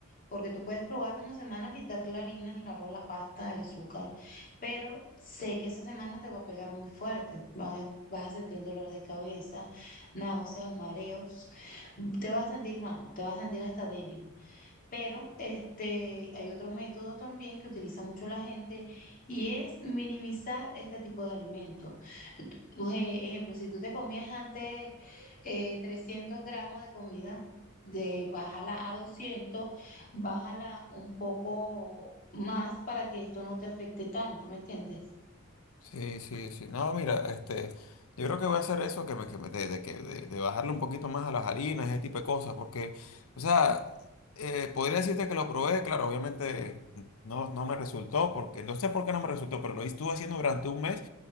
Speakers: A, on the left; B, on the left.
A: Porque tú puedes probar una semana quitar la harina, el arroz, la pasta, el azúcar, pero sé que esa semana te va a pegar muy fuerte. Vas, vas a sentir dolor de cabeza, náuseas, mareos, te vas a sentir mal, te vas a sentir hasta débil. Pero este, hay otro método también que utiliza mucho la gente y es minimizar este tipo de alimentos. Tú- Por ejemplo, si tú te comías antes eh, 300 gramos de comida, de, bájala a 200, bájala un poco más para que esto no te afecte tanto, ¿me entiendes?
B: Sí, sí, sí. No, mira, este, yo creo que voy a hacer eso, que me, que me- de, de que- de- de bajarle un poquito más a las harinas, ese tipo de cosas, porque, o sea, eh, podría decirte que lo probé, claro, obviamente no, no me resultó, porque no sé por qué no me resultó, pero lo estuve haciendo durante un mes.